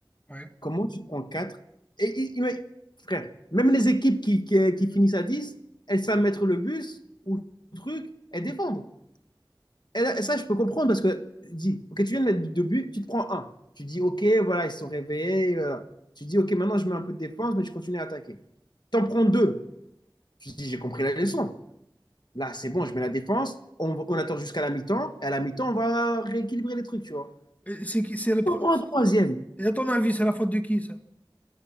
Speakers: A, on the left; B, on the left.
A: ouais.
B: comment tu prends quatre Et, et- et ouais, frère, même les équipes qui, qui, qui finissent à dix elles savent mettre le bus ou le truc et défendre. Et là, ça, je peux comprendre parce que dis, ok, tu viens de mettre deux buts, tu te prends un. Tu dis, ok, voilà, ils se sont réveillés. euh, tu dis, ok, maintenant je mets un peu de défense, mais je continue à attaquer. T'en prends deux. Tu dis, j'ai compris la leçon. Là, c'est bon, je mets la défense. On, on attend jusqu'à la mi-temps. Et à la mi-temps, on va rééquilibrer les trucs, tu vois.
A: Et c'est qui, c'est le
B: T'en
A: pro...
B: prends un troisième.
A: Et à ton avis, c'est la faute de qui, ça?